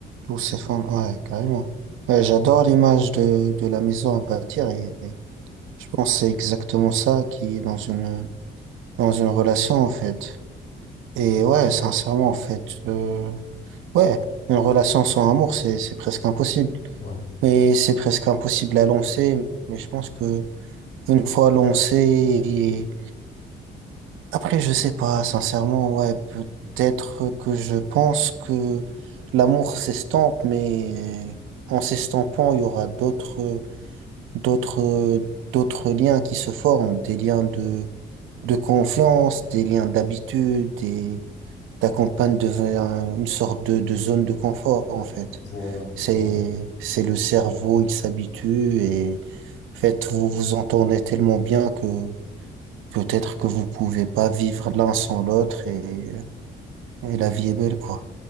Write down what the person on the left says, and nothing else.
Ouais.
Voilà,
voilà.